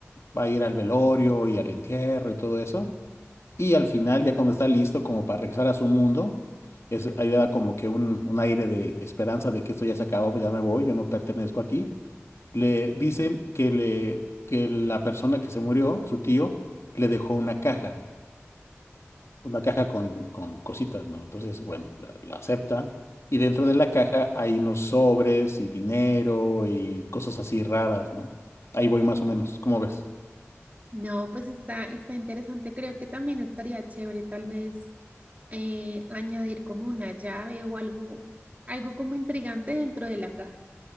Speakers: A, on the left; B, on the right.
A: va a ir al velorio y al entierro y todo eso. Y al final, ya cuando está listo como para regresar a su mundo, es, ahí le da como que un, un aire de esperanza de que esto ya se acabó, pues ya me voy, yo no pertenezco aquí. Le dicen que, le, que la persona que se murió, su tío, le dejó una caja, una caja con, con cositas, ¿no? Entonces, bueno, la, la acepta. Y dentro de la caja hay unos sobres y dinero y cosas así raras, ¿no? Ahí voy más o menos, ¿cómo ves?
B: No, pues está, está interesante. Creo que también estaría chévere tal vez eh, añadir como una llave o algo, algo como intrigante dentro de la caja.